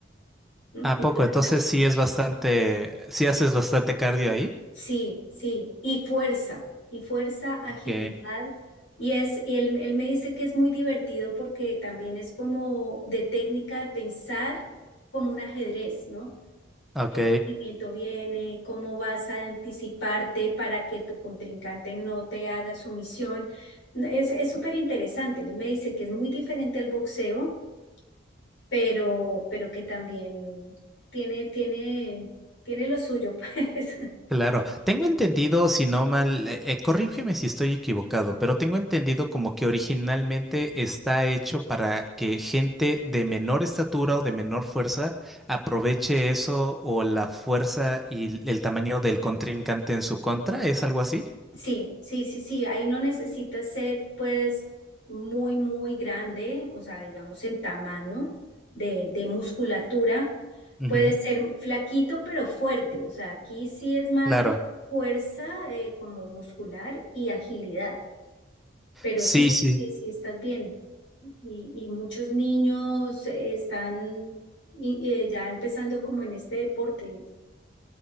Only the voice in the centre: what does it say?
¿A
poco? Entonces sí es bastante... Sí haces bastante cardio ahí.
Ok.
Ok.
Claro, tengo entendido, si no mal, eh, eh, corrígeme si estoy equivocado, pero tengo entendido como que originalmente está hecho para que gente de menor estatura o de menor fuerza aproveche eso o la fuerza y l- el tamaño del contrincante en su contra, ¿es algo así?
Ujú,
Claro,
sí,
sí,